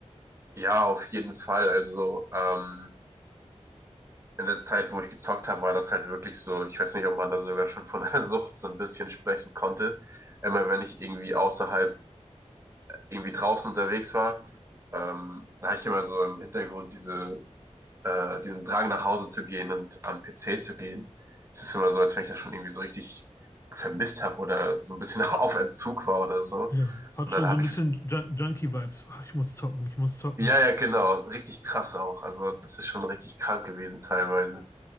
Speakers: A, on the right; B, on the left.
A: Ja, auf jeden Fall. Also ähm, in der Zeit, wo ich gezockt habe, war das halt wirklich so, ich weiß nicht, ob man da sogar schon von <laughs> der Sucht so ein bisschen sprechen konnte. Immer wenn ich irgendwie außerhalb, irgendwie draußen unterwegs war, ähm, da habe ich immer so im Hintergrund diese äh, diesen Drang nach Hause zu gehen und am PC zu gehen. Es ist immer so, als wenn ich das schon irgendwie so richtig vermisst habe oder so ein bisschen <laughs> auf Entzug war oder so.
B: Ja, hat
A: Und
B: schon
A: dann habe
B: so ein bisschen
A: ich,
B: Jun Junkie-Vibes. Ah, ich muss zocken, ich muss zocken.
A: ja, ja, genau, richtig krass auch. Also das ist schon richtig krank gewesen teilweise.